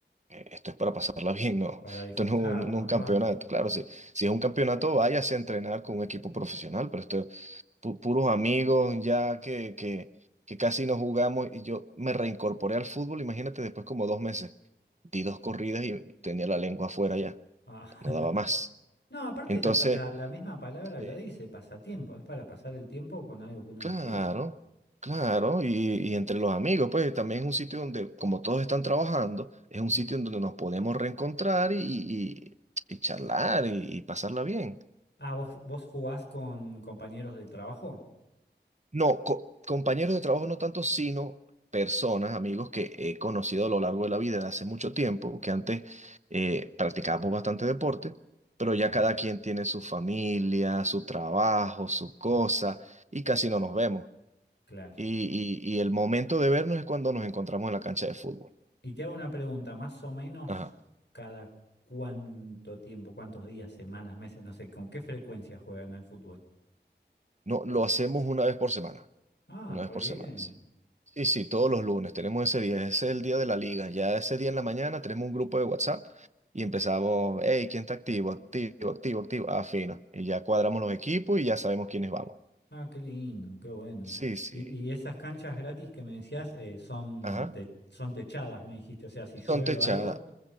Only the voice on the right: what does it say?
eh, esto es para pasarla <laughs> bien, no,
esto no, no, no es
un campeonato,
claro, si, si es un campeonato váyase a entrenar con un equipo profesional, pero esto, pu- puros amigos ya que, que, que casi no jugamos y yo me reincorporé al fútbol, imagínate, después como dos meses, di dos corridas y tenía la lengua afuera ya,
no daba más.
Entonces...
Sí.
Claro,
claro, y, y entre los amigos, pues también es un sitio donde, como todos están trabajando, es un
sitio en donde nos podemos reencontrar y, y- y charlar y, y pasarla bien.
No, co- compañeros de trabajo no tanto, sino personas, amigos que he conocido a lo largo de la vida de hace mucho tiempo, que antes eh, practicábamos bastante deporte, pero ya
cada quien tiene su familia, su trabajo, su cosa, y casi no nos vemos.
y, y- y el momento de vernos es cuando nos encontramos en la cancha de fútbol.
Ajá.
No, lo hacemos una vez por semana,
una vez
por
semana, sí. Sí, sí, todos los lunes tenemos ese día, ese es el día de la liga. Ya ese día en la mañana tenemos un grupo de WhatsApp y empezamos, hey, ¿quién está activo? Activo, activo, activo. Ah, fino. Y ya cuadramos los equipos y ya sabemos quiénes vamos.
Sí, sí.
Ajá.
Son
techadas.